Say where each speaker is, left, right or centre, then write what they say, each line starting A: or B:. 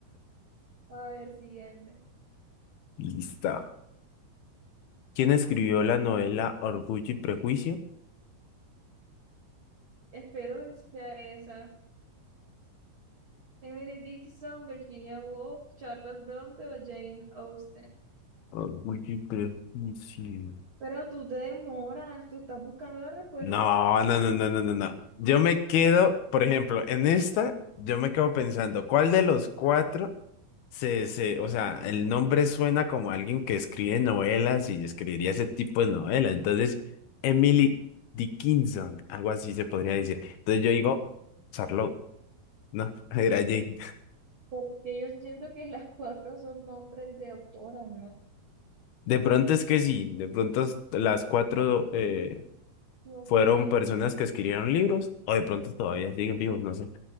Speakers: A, on the right; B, on the left.
A: A ver, siguiente.
B: Listo. ¿Quién escribió la novela Orgullo y Prejuicio?
A: Espero que sea esa. Emily Dickinson, Virginia Woolf, Charlotte Bronte o Jane Austen.
B: Orgullo y Prejuicio.
A: Pero tú te demoras, tú estás buscando la respuesta
B: No,
A: en el...
B: no, no, no, no, no, no. Yo me quedo, por ejemplo, en esta, yo me quedo pensando, ¿cuál de los cuatro? Se, se, o sea, el nombre suena como alguien que escribe novelas y escribiría ese tipo de novela. Entonces, Emily Dickinson, algo así se podría decir. Entonces yo digo, Charlotte, no, <laughs> era Jane.
A: Porque yo siento que las cuatro son nombres de autoras, ¿no?
B: De pronto es que sí, de pronto s- las cuatro eh,
A: Yo
B: fueron
A: que...
B: personas que escribieron libros, o de pronto todavía siguen vivos, no sé.